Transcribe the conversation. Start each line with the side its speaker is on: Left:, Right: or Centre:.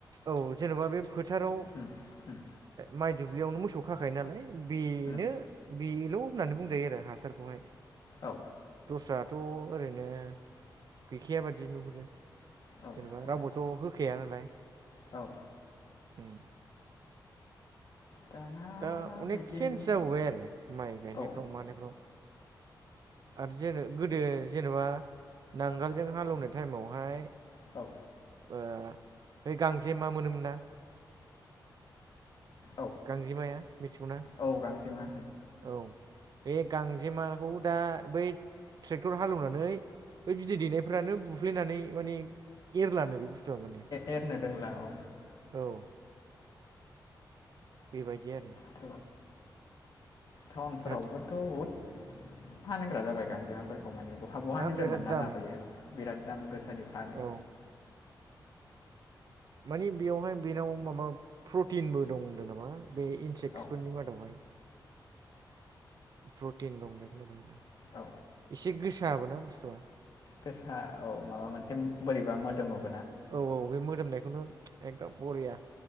Right: औ जेन'बा बे फोथाराव
Left: उम उम
Right: माइ दुब्लियावनो मोसौ खाखायो नालाय बेनो
Left: उम
Right: बेल' होननानै बुंजायो आरो हासारखौहाय
Left: औ
Right: दस्राथ' ओरैनो गैखाया बादि नुहुरो
Left: औ
Right: जेनेबा
Left: औ
Right: रावबोथ' होखाया नालाय
Left: औ औ
Right: उम
Left: दाना
Right: दा अनेक
Left: बिदिनोसै
Right: चन्ज जाबोबाय आरो माइ गायनायफ्राव
Left: औ
Right: मानायफ्राव आरो जेन गोदो जेनेबा नांगोलजों हालेवनाय टाइमावहाय
Left: औ
Right: ओ बे गांसे मा मोनोमोन ना
Left: औ
Right: गांजेमाया मिथिगौना
Left: औ गांजेमा
Right: औ बे गांजेमाखौ दा बै ट्रेक्टर हालेवनानै बै बिदै दैनायफोरानो बुफ्लेनानै माने एरलानो बे बुस्थुआ माने
Left: एरनो रोंला औ
Right: औ बेबायदि आरो
Left: थ टाउनफोरावबोथ'
Right: बिराद
Left: बहुद बहाानग्रा जाबाय गांजेमाफोरखौ माने बहा बहानिफ्राय
Right: आ बिराद
Left: मोनना
Right: दाम
Left: लाबोयो बिराद दाम गोसा फानो
Right: औ मानि‌ बेयावहाय बेनाव माबा प्रटिनबो दं होनदों नामा बे इनसेक्सफोरनि
Left: औ
Right: मादावहाय प्रटिन दंनायखौ आरो
Left: औ
Right: एसे गोसाबो ना बुस्थुआ
Left: गोसा औ माबा मोनसे बोरैबा मोदोमाव
Right: औ औ बे मोदोमनायखौनो एकदम बरिया